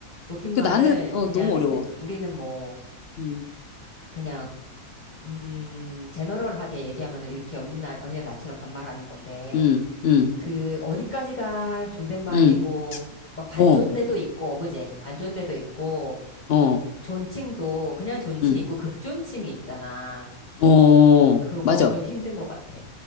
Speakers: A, on the left; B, on the left.
A: 높임말은
B: 그 나는, 어,
A: 그냥
B: 너무
A: 했,
B: 어려워.
A: 우리는 뭐,
B: 응,
A: 그냥, 음, 제너럴하게 얘기하면은 이렇게 언니 나, 언니나 나처럼 반말하는 건데,
B: 응, 응,
A: 그 어디까지가 존댓말이고
B: 응,
A: 막 반존대도
B: 어,
A: 있고 그지? 반존대도 있고
B: 어,
A: 존칭도 그냥 존칭
B: 응,
A: 있고 극존칭이 있잖아.
B: 어,
A: 그거
B: 맞아.
A: 좀 힘든 것 같아.